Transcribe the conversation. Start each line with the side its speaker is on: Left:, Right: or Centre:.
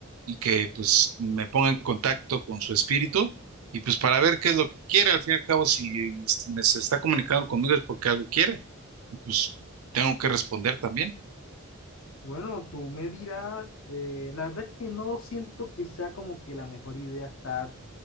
Right: y que pues me ponga en contacto con su espíritu y pues para ver qué es lo que quiere. Al fin y al cabo, si es- me se está comunicando conmigo es porque algo quiere pues tengo que responder también.
Left: Bueno, tú me dirás, eh, la verdad es que no siento que sea como que la mejor idea estar